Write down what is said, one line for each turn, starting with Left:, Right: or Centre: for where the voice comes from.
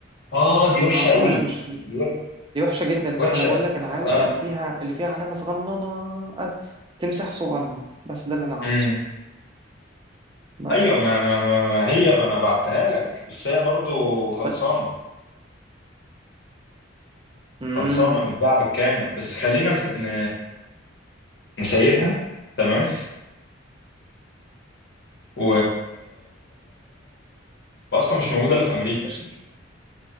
Left: اه دي وحشة
Right: اه
Left: قوي
Right: ما انا مش
Left: دي وح-
Right: دي وحشة جدا
Left: وحشة
Right: انا بقول لك انا عاوز
Left: اه
Right: اللي فيها اللي فيها علامة صغننة أ- تمساح صغنن بس ده اللي انا عاوزه
Left: امم
Right: بس
Left: ايوه ما, ما, ما, ما هي ما انا بعتها لك بس هي برضو خلصانة
Right: طيب امم
Left: خلصانة متباعة بالكامل بس خلينا نس... ن... نسيبها تمام و واصلا مش موجودة الا في امريكا
Right: فشيخ